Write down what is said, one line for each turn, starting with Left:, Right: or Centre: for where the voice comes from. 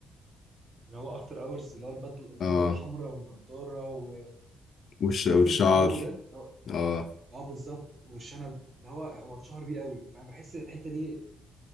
Right: اللي هو افتر اورز اللي هو البدله البدله
Left: اه
Right: الحمراء والنضاره وعارف
Left: والش... والشعر
Right: انت الجو ده اللي هو
Left: اه
Right: اه بالظبط والشنب اللي هو هو اتشهر بيه قوي فانا بحس الحته دي